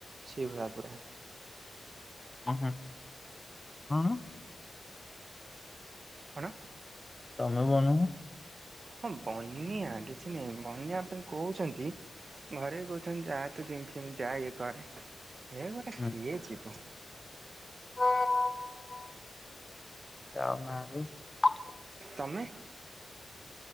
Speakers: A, on the right; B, on the left.
A: ସେଇଭଳିଆ ପୁରା।
B: ଓ ହୋ <unintelligible>
A: କଣ?
B: ତମେ <unintelligible>
A: ହଁ ବନ୍ୟା କିଛି ନାହିଁ ବନ୍ୟାପାଈ କହୁଛନ୍ତି ଘରେ କହୁଛନ୍ତି ଯାହା ତୁ ଜିମ ଫିମ ଯା ଇଏ କରେ ହେ ଗୋଟେ
B: ହୁଁ।
A: କିଏ ଯିବ।
B: <unintelligible>
A: ତମେ